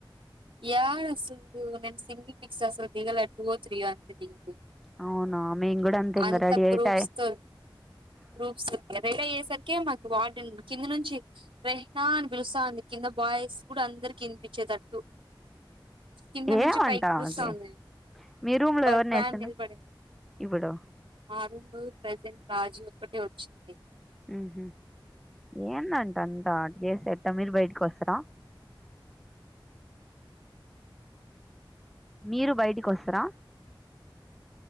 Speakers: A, on the right; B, in the centre.
A: యారు అసదు నమ్ సింగల్ పిక్స్ అసలు దిగలా టూ త్రీయో అంత దింది
B: అవునా మేం కూడా అంతే ఇంగ
A: అంత
B: రెడీ
A: గ్రూప్స్
B: అయితాయి
A: తో గ్రూప్స్ ఎంత సరికి మాకి వార్డెన్ కింది నుంచి రెహ్నా అని పిలుస్తాంది. కింద బాయ్స్ కూడా అందరుకి వినిపించేటట్టు కింద
B: ఏమంట
A: నుంచి పైకి చూస్త
B: ఆమెకి
A: ఉంది
B: మీ రూమ్ లో
A: బస్
B: ఎవరిని
A: బ్యా
B: వేసిండ్రు
A: నిలబడింది
B: ఇప్పుడు
A: ఆ ప్రజెంట్ రాజీ ఒక్కటే వచ్చింది.
B: ఉహు ఏంది అంట అంత చేసేది మీర్ బయట్కి వస్తరా మీరు బయటికి వస్తారా